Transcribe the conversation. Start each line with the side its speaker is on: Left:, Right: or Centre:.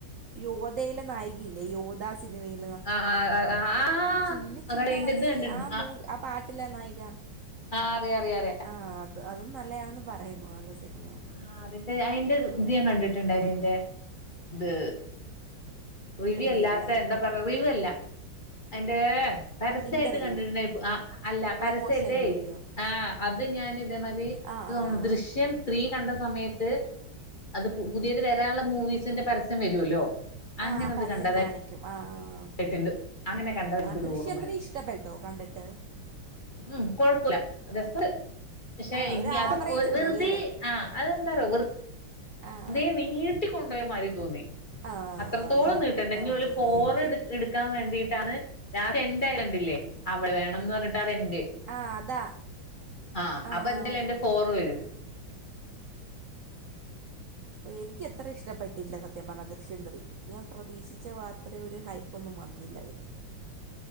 Right: യോദ്ധയിലെ നായികയില്ലേ യോദ്ധാ സിനിമയിൽ.
Left: ആഹ് ആഹ് ആഹ് ആഹ് ആഹ്
Right: ചിന്ന
Left: അകട
Right: ചിന്ന
Left: അയിന്റെ
Right: ആസൈ
Left: ഇത് കണ്ടിട്ടുണ്ട്
Right: ആഹ് മൂവ്- ആഹ് പാട്ടില നായിക.
Left: ആഹ് അറിയാം അറിയാം അറിയാം
Right: ആഹ് അത് അതും നല്ലയാണെന്ന് പറയുന്നു നല്ല സിന്മയാണ്.
Left: ആഹ് അതിന്റെ അയിന്റെ ഇത് ഞാൻ കണ്ടിട്ടുണ്ടായിന് അയിൻ്റെ ഇത്.
Right: ഇൻ്റർവ്യൂ
Left: റിവ്യൂ അല്ലാത്ത
Right: അല്ലേ
Left: എന്താ പറയാ റിവ്യൂ അല്ല അയിൻ്റേ പരസ്യായിട്ട്
Right: ഇൻ്റർവ്യൂ
Left: കണ്ടിട്ടുണ്ടാരിക്കും ആഹ് അല്ല
Right: പ്രമോഷൻ
Left: പരസ്യായിട്ടേ
Right: വീഡിയോ
Left: ആഹ് അത് ഞാൻ ഇതേമാതിരി
Right: ആ ആ ആ
Left: ദൃശ്യം ത്രീ കണ്ട സമയത്ത് അത് പുതിയത് വരാനുള്ള മൂവീസിന്റെ പരസ്യം വരുവല്ലോ.
Right: ആ
Left: അങ്ങനെത്
Right: ആ, പരസ്യം
Left: കണ്ടതായി
Right: കാണിക്കും ആ ആ, ആ.
Left: ട്ടിണ്ട് അങ്ങനെ കണ്ടത് എനിക്കൊരോർമ്മയണ്ട്
Right: ആ, ദൃശ്യം ത്രീ ഇഷ്ടപ്പെട്ടോ കണ്ടിട്ട്
Left: മ്മ് കൊഴപ്പല്ല രസണ്ട് പക്ഷെ
Right: ആ
Left: ഇനി
Right: ഒരു
Left: അതും
Right: ആവറേജ്
Left: ഒ- വെറ്തെ
Right: മൂവി
Left: ആഹ് അതെന്താറിയ്യോ വെറു
Right: ആഹ്
Left: അതേ നീട്ടിക്കൊണ്ടുപോയ മാരി തോന്നി
Right: ആ
Left: അത്രത്തോളം
Right: അതാ
Left: നീട്ടണ്ട
Right: ആ
Left: ഇനി ഓല് ഫോർ
Right: എനിക്കും
Left: എട്- എടുക്കാൻ വേണ്ടിയിട്ടാണ് ലാസ്റ്റ് എൻ്റായത് കണ്ടില്ലേ അവളെ വേണംന്ന് പറഞ്ഞിട്ടാണ് എൻ്റ്
Right: ആഹ് അതാ
Left: ആഹ്
Right: ആഹ്
Left: അപ്പൊ എന്തേലും അയിന്റെ ഫോറ് വരും
Right: ഓ എനിക്ക് എത്ര ഇഷ്ടപ്പെട്ടില്ല സത്യം പറഞ്ഞ ദൃശ്യം ത്രീ ഞാൻ പ്രതീക്ഷിച്ച അത്രെ ഒരു ഹൈപ്പൊന്നും വന്നില്ല അതിന്